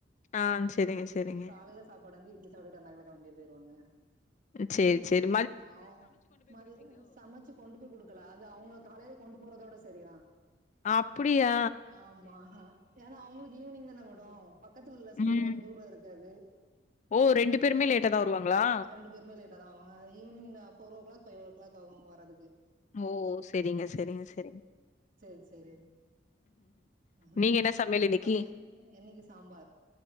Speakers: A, on the left (about 40°); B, on the right (about 45°).
A: ஆ சரிங்க,
B: ம்
A: சரிங்க.
B: காலைல சாப்பாடு வந்து இட்லி சாப்ட்டு அவ்ளதா கிளம்பி போயிருவாங்க
A: சேர் சேர்
B: ஆ மதி சமச்சு கொண்டு போய் குடுக்கல அது அவுங்க காலைல கொண்டு போறத விட சரிதா
A: அப்டியா
B: ஆமா ஏன்னா அவுங்ளுக் ஈவ்னிங் தானே ஓடு பக்கத்துல இல்ல ஸ்கூல்
A: ம்.
B: கொஞ்ச தூரோ இருக்கு அது
A: ஓ ரெண்டு பேருமே லேட்டா தா வருவாங்களா
B: ரெண்டு பேருமே லேட்டா தா வருவாங்க evening four o'clock five o'clock ஆகு அவங்க வற்றதுக்கு
A: ஓ செரிங்க செரிங்க செரிங்
B: செரி செரி ம்
A: நீங்க என்ன சமையல் இன்னைக்கு?
B: பசங்க என்னைக்கு சாம்பார்